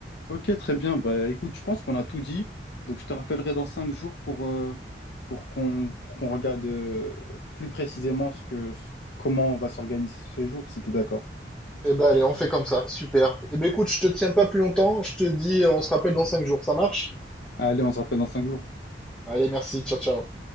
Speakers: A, on the left; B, in the centre.
A: Ok, très bien. Bah, écoute, je pense qu'on a tout dit. Donc, je te rappellerai dans cinq jours pour, euh, pour qu'on pour qu'on regarde euh, plus précisément ce que, ce- comment on va s'organiser ce jour, si tu es d'accord.
B: Eh ben, allez, on fait comme ça, super. Eh ben, écoute, je te tiens pas plus longtemps, je te dis, on se rappelle dans 5 jours, ça marche?
A: Allez, on se rappelle dans cinq jours.
B: Allez, merci, ciao, ciao.